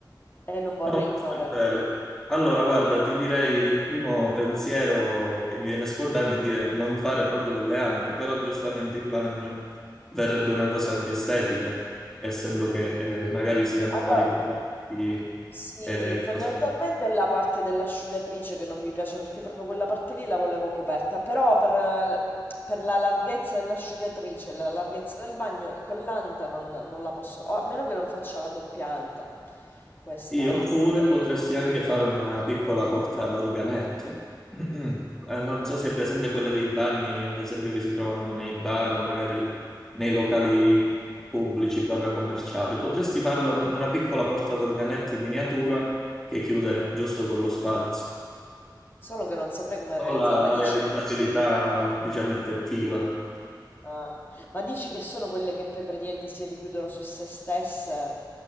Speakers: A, on the left; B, in the centre.
A: e non vorrei
B: No, questo
A: incorrere.
B: è vero.
A: in que-
B: Allora, guarda, ti direi il primo pensiero che mi viene spontaneo è dire non fare proprio delle ante, però giustamente in bagno verrebbe una cosa di estetica, essendo che eh, magari si hanno
A: Allora,
B: vari prodotti.
A: Sì,
B: eh,
A: fondamentalmente
B: cose-
A: è la parte dell'asciugatrice che non mi piace perché proprio quella parte lì la volevo coperta, però per, per la larghezza dell'asciugatrice, la larghezza del bagno, con l'anta non, non la posso, o a meno che non faccia la doppia anta, questa
B: Io
A: è.
B: oppure potresti anche fare una piccola porta ad organetto. <clears throat> Eh, Non so se è presente quelle dei bagni, ad esempio, che si trovano nei bar, magari nei locali pubblici, bar commerciali. Potresti farlo una piccola porta ad organetto in miniatura che chiude giusto con lo spazio.
A: Solo che non saprei come
B: Non
A: realizzarla.
B: so La, la
A: Dici,
B: realizzabilità, diciamo, effettiva.
A: ah, ma dici che sono quelle che poi praticamente si richiudono su se stesse?